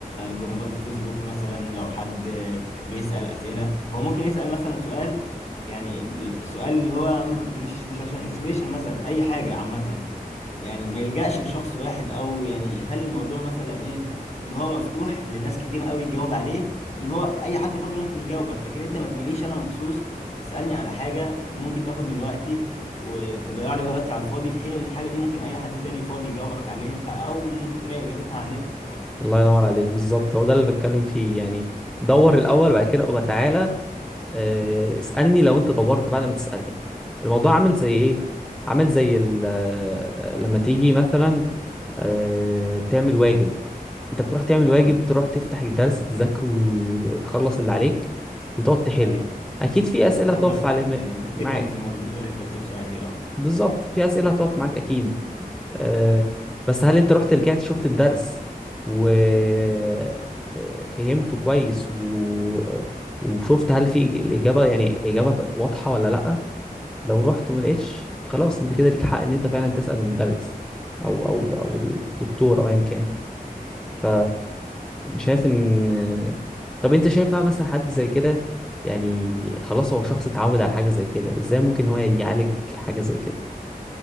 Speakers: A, on the left (about 45°); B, in the centre.
A: جروبات الفيسبوك مثلا لو حد اه، بيسال اسئله هو ممكن يسال مثلا سؤال يعني سؤال اللي هو مش مش عشان انسلويشن مثلا اي حاجه عامه يعني ما يلجاش لشخص واحد او يعني يخلي الموضوع مثلا ايه ان هو مفتوح لناس كتير قوي يجاوب عليه اللي هو اي حد فاضي ممكن يجاوبك لكن انت ما تجيليش انا مخصوص تسالني على حاجه ممكن تاخد من وقتي وتضيع لي وقتي على الفاضي في حين إن الحاجة دي ممكن أي حد تاني فاضي يجاوبك عليها أو ممكن تلاقي إجابتها على النت يعني
B: الله ينور عليك بالظبط هو ده اللي بتكلم فيه يعني دور الأول بعد كده ابقى تعالى آه، اسألني لو أنت دورت بعد ما تسألني الموضوع عامل زي إيه؟ عامل زي ال- آه، لما تيجي مثلا آه، تعمل واجب أنت بتروح تعمل
A: اه
B: واجب تروح تفتح الدرس تذاكره وتخلص اللي عليك وتقعد تحل
A: أيوه
B: أكيد في أسئلة
A: المفروض
B: هتقف
A: ده صح
B: على
A: يعني ده السيكونس
B: معاك
A: المظبوط اللي أنت بتمشي عليه اه
B: بالظبط في أسئلة هتقف معاك أكيد آه، بس هل انت رحت رجعت شفت الدرس و آه، فهمته كويس و... وشفت هل في إج- الإجابة يعني الإجابة واضحة ولا لأ لو رحت وما لقيتش خلاص انت كده ليك حق ان انت فعلا تسأل المدرس او او او
A: مم.
B: الدكتور او ايا كان ف شايف ان طب انت شايف بقى مثلا حد زي كده يعني خلاص هو شخص اتعود على حاجة زي كده ازاي ممكن هو يعالج حاجة زي كده